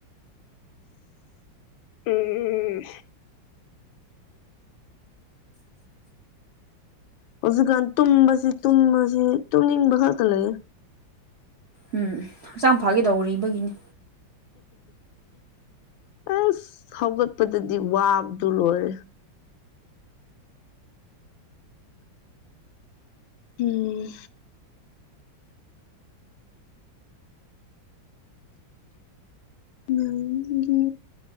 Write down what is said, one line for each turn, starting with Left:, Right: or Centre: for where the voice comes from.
Left: ꯎꯝ ꯍꯧꯖꯤꯛꯀꯥꯟ ꯇꯨꯝꯕꯁꯤ ꯇꯨꯝꯕꯁꯤ ꯇꯨꯝꯅꯤꯡꯕ ꯈꯛꯇ ꯂꯩꯦ
Right: ꯎꯝ ꯍꯛꯆꯥꯡ ꯐꯥꯒꯦꯗꯧꯔꯤꯕꯒꯤꯅꯤ
Left: ꯑꯁ ꯍꯧꯒꯠꯄꯗꯗꯤ ꯋꯥꯕꯗꯨ ꯂꯣꯏꯔꯦ ꯎꯝ ꯅꯪꯒꯤ